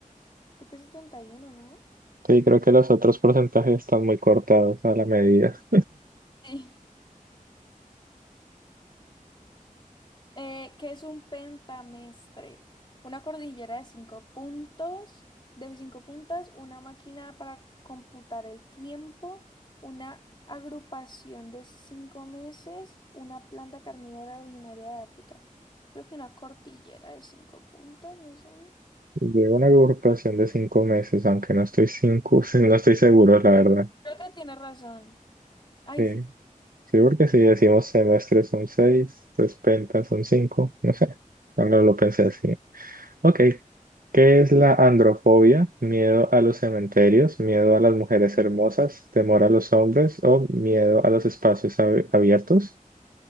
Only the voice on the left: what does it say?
creo que es 71, ¿no?
Sí. Eh, ¿qué es un pentamestre? Una cordillera de cinco puntos, de cinco puntas, una máquina para computar el tiempo, una agrupación de cinco meses, una planta carnívora originaria de África. Creo que una cordillera de cinco puntas, no sé.
Creo que tiene razón. Ay,
sí,